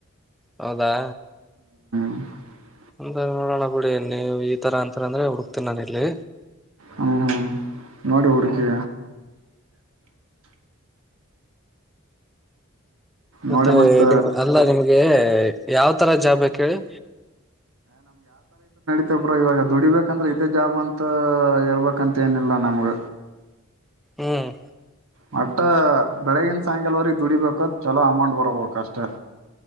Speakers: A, in the centre; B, on the right (about 85°).
A: ಹೌದಾ
B: ಹ <inaudible>
A: ಅಂದ ನೋಡಣ್ ನೀವು ಈ ತರ ಅಂತರ ಅಂದ್ರೆ ಹುಡುಕ್ತೇನಿ ನಾನ ಇಲ್ಲಿ
B: ಹ್ಮ್ ಹ್ಮ್ ನೋಡಿ ಹುಡುಕಿ
A: ಮತ್ತೆ
B: ನೋಡಿ ಮತ್ತ
A: ನಿಮ್ ಅಲ್ಲ ನಿಮ್ಗೆ ಯಾವ ತರ ಜಾಬ್ ಬೇಕ್ ಹೇಳ್
B: ಮಬ್ರೊ ಇವಾಗ ದುಡಿಬೇಕಂದ್ರೆ ಇದೇ ಜಾಬ್ ಅಂತ ಹೇಳ್ಬೇಕಂತ ಏನಿಲ್ಲ ನಮ್ಗ
A: ಹ್ಮ್
B: ಮಟ್ಟ ಬೆಳಗಿನ ಸಾಯಂಕಾಲವರ್ಗ್ ಇದ್ ದುಡಿಬೇಕಾದ ಚಲೋ ಅಮೌಂಟ್ ಬರಬೋಕ ಅಷ್ಟೆ